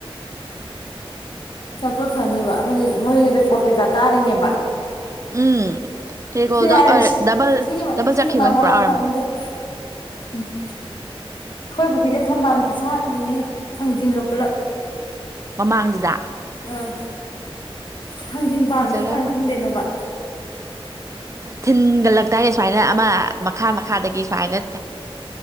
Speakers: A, on the left; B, on the right.
A: ꯄꯩꯁꯥ ꯀꯛꯈ꯭ꯔꯅꯤꯕ ꯍꯥꯏꯗꯤ ꯃꯣꯏ ꯔꯦꯀꯣꯔꯠ ꯀꯩꯀꯥ ꯇꯥꯔꯤꯅꯦꯕ
B: ꯎꯝ ꯔꯦꯒꯣꯜꯗꯣ
A: ꯌꯥꯔꯦꯁꯦ
B: ꯗꯕꯜ ꯗꯕꯜ
A: ꯁꯤꯒꯤ
B: ꯆꯠꯈꯤꯕ
A: ꯃꯔꯝꯒꯤ
B: ꯄꯨꯔꯥ
A: ꯋꯥꯔꯤ
B: ꯑꯣꯏꯔꯝꯃꯅꯤ
A: ꯁꯥꯟꯅꯒꯨꯝꯁꯦ ꯑꯩꯈꯣꯏ ꯄꯨꯈ꯭ꯔꯤꯁꯦ ꯊꯝꯕꯥꯜ ꯈꯨꯁꯥꯠ ꯑꯝꯅꯦꯍꯦ ꯊꯥꯡꯖꯤꯡꯒ ꯄꯨꯂꯞ
B: ꯃꯃꯥꯡꯗꯨꯗ
A: ꯎꯝ ꯊꯥꯡꯖꯤꯡ ꯄꯥꯟꯕꯁꯦ
B: ꯐꯖꯔꯝꯒꯅꯤ
A: ꯀꯃꯥꯏ ꯈꯪꯗꯣꯏꯅꯣꯕ
B: ꯊꯤꯟꯒꯠꯂꯛꯇꯥꯏꯅꯦ ꯁꯨꯃꯥꯏꯅ ꯑꯃ ꯃꯈꯥ ꯃꯈꯥꯗꯒꯤ ꯁꯨꯃꯥꯏꯅ